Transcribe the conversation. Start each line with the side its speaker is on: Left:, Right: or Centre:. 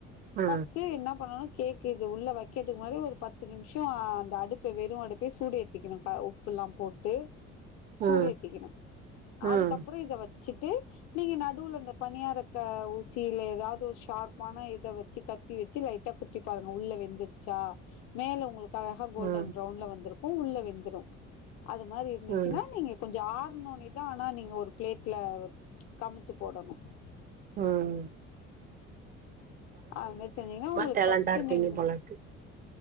Right: ஆ
Left: ஃபஸ்ட்டு என்ன பண்ணணு கேக் இது உள்ள வைக்கதுக்கு முன்னாடி ஒரு பத்து நிமிஷொ அந்த அடுப்பே வெறு அடுப்பே சூடு ஏத்திக்கணு கா உ ப்புல்லாம் போட்டு சூடு
Right: ஆ ஆ
Left: ஏத்திக்கணு
Right: ஆ
Left: அதுக்கப்பறொ இத வச்சுட்டு நீங்க நடுவுல இந்தப் பணியாரத் க்க ஊசி இல்ல எதாவது ஒரு ஷார்ப்பான இத வச்சு கத்தி வச்சு லைட்டா குத்தி பாருங்க உள்ள வெந்துருச்சா கா மேல உங்களுக்கு அழகா கோல்டன்
Right: ஆ
Left: ப்ரவுன்ல வந்திருக்கூ உள்ள வெந்துரு அது மாரி இருந்துச்சுன்னா
Right: ஆ
Left: நீங்க கொஞ்சொ ஆர் க்கும்னோனேதா ஆனா நீங்க ஒரு பிளேட்ல கமுத்து போடணு.
Right: ம்
Left: அது மாறி செஞ்சீங்கன்னா உங்களுக்கு
Right: டேலண்டா
Left: ஃபஸ்ட்
Right: இருப்பீங்க
Left: நீங்க
Right: போலருக்கு